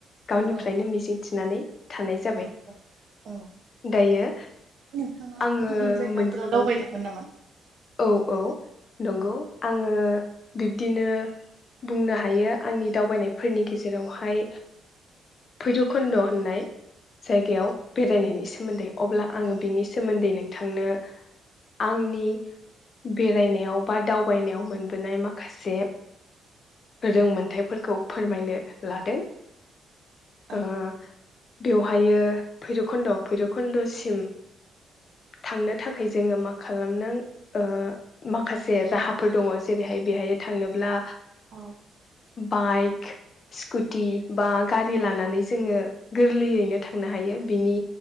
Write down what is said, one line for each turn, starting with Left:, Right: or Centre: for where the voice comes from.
Left: गावनिफ्रायनो
Right: औ
Left: मिजिं थिनानै थानाय जाबाय
Right: औ औ
Left: दायो
Right: नोंथाङा
Left: आङो
Right: गुबुन जायगाफोराव
Left: मोन
Right: दावबायदोंमोन नामा?
Left: औ औ नंगौ आङो बिब्दिनो बुंनो हायो आंनि दावबायनायफोरनि गेजेरावहाय भैरभकुन्द होननाय जायगायाव बेरायनायनि सोमोन्दै अब्ला आङो
Right: औ
Left: बिनि सोमोन्दै नों नोंथांनो आंनि बेरायनायाव बा दावबायनायाव मोनबोनाय माखासे रोंमोनथायाइफोर खौ फोरमायनो लादों
Right: औ
Left: ओ बेवहायो भैरबकुन्द भैराबकुन्दसिम थांनो थाखाय जोङो मा खालामनो ओ माखासे राहाफोर दङ जेरैहाय बेहाय थांनोब्ला
Right: औ
Left: बाइक, स्कुटि बा गारि लानानै जोङो गोरलैयैनो थांनो हायो बिनि